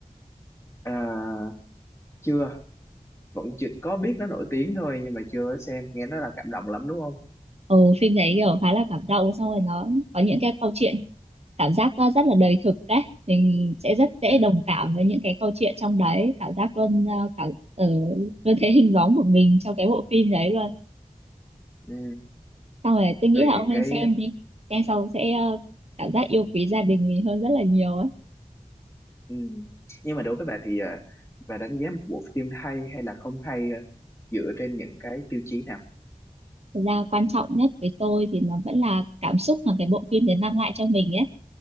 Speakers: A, on the left; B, on the right.
A: à, chưa vẫn chưa có biết nó nổi tiếng thôi nhưng mà chưa xem nghe nó là cảm động lắm đúng không
B: ồ phim đấy kiểu khá là cảm động xong rồi nó có những cái câu chuyện cảm giác ờ, rất là đời thực đấy mình sẽ rất dễ
A: ừ.
B: đồng cảm với những cái câu chuyện trong đấy cảm giác luôn ờ, cả ờ, luôn thấy hình bóng của mình trong cái bộ phim đấy luôn
A: Ừ.
B: xong rồi tôi nghĩ
A: thì
B: là ông nên
A: cái
B: xem đi xem xong sẽ ờ, cảm giác yêu quý gia đình mình hơn rất là nhiều ấy
A: Ừ. Nhưng mà đối với bà thì ờ, bà đánh giá một bộ phim hay hay là không hay ờ, dựa trên những cái tiêu chí nào?
B: thật ra quan trọng nhất với tôi thì nó vẫn là cảm xúc mà cái bộ phim đấy mang lại cho mình ấy